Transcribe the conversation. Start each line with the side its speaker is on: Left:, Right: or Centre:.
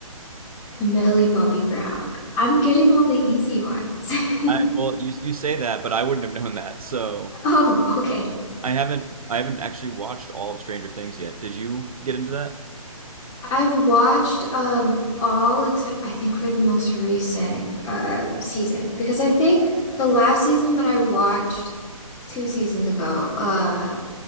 Left: Millie Bobby Brown. I'm getting all the easy ones. <laughs>
Right: I, well, you you say that, but I wouldn't have known that. So
Left: Oh, okay.
Right: I haven't I haven't actually watched all of Stranger Things yet. Did you get into that?
Left: I've watched um all except I think for the most recent uh season because I think the last season that I watched two seasons ago, uh